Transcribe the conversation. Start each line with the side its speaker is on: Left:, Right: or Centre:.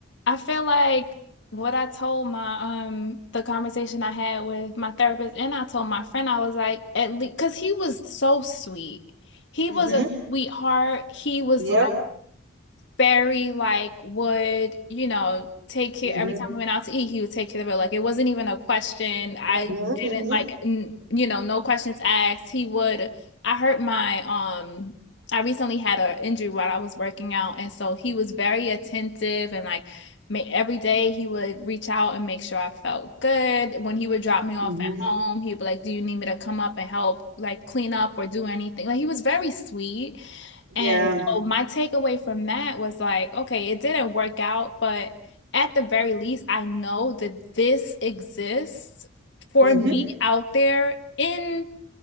Left: I feel like what I told my um the conversation I had with my therapist and I told my friend I was like at least because he was so sweet. He was
Right: Mm-hmm.
Left: a sweetheart. He was
Right: Yeah.
Left: very like would, you know, take care
Right: Mm-hmm.
Left: every time we went out to eat, he would take care of it. Like it wasn't even a question. I
Right: Mm-hmm. mm-hmm.
Left: didn't like, n you know, no questions asked. He would, I hurt my, um, I recently had an injury while I was working out. And so he was very attentive and like ma- every day he would reach out and make sure I felt good. When he would drop me off
Right: Mhm.
Left: at home, he'd be like, Do you need me to come up and help like clean up or do anything? Like he was very sweet. And
Right: Yeah.
Left: so my takeaway from that was like, okay, it didn't work out, but at the very least, I know that this exists for
Right: Mhm.
Left: me out there in